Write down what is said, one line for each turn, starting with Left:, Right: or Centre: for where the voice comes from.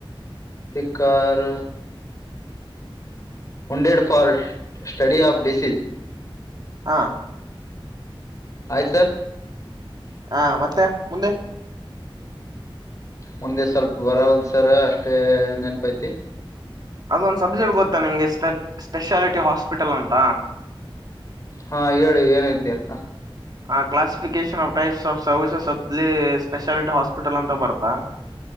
Left: Sick or wounded for study of disease.
Right: ಹಾ
Left: ಆಯ್ತ ಸರ್.
Right: ಹಾ ಮತ್ತೆ ಮುಂದೆ.
Left: ಮುಂದೆ ಸ್ವಲ್ಪ ಬರವಲ್ದ ಸರ ಅಷ್ಟೇ ನೆನಪೈತಿ.
Right: ಅದೊಂದ್ ಸಬ್ಜೆಕ್ಟ್ ಗೊತ್ತಾ ನಿಂಗೆ ಸ್ಪೆಟ್ ಸ್ಪೆಷಾಲಿಟಿ ಹಾಸ್ಪಿಟಲ್ ಅಂತ.
Left: ಹಾ ಹೇಳಿ ಏನೈತಿ ಹಾ
Right: ಆ classification of types of services <unintelligible> ಅಲ್ಲಿ ಸ್ಪೆಷಲಿಟ್ ಹಾಸ್ಪಿಲ್ ಅಂತ ಬರ್ತಾ.